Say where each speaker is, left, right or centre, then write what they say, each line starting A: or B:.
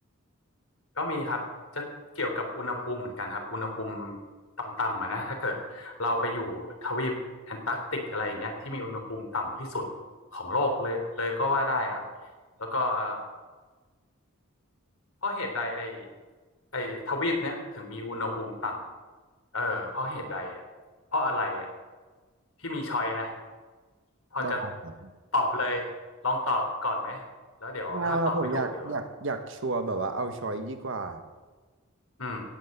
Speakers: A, on the left (about 80°); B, on the right (about 60°).
A: ก็มีครับจะเกี่ยวกับอุณหภูมิเหมือนกันครับอุณหภูมิต่ำๆอะนะถ้าเกิดเราไปอยู่ทวีปแอนตาร์กติกอะไรอย่างเงี้ยที่มีอุณหภูมิต่ำที่สุดของโลกเลยเลยก็ว่าได้ครับแล้วก็เอ่อเพราะเหตุใดไอไอทวีปเนี้ยถึงมีอุณหภูมิต่ำเออเพราะเหตุใดอ่ะเพราะอะไรอ่ะพี่มีช้อยนะพอจะ
B: ได้ครับ
A: ตอบเลยลองตอบก่อนไหมแล้วเดี๋ยวถ้าตอบไม่ถูกเดี๋ยว
B: ไม่เอาครับผมอยากอยากอยากชัวร์แบบว่าเอาช้อยดีกว่า
A: อืม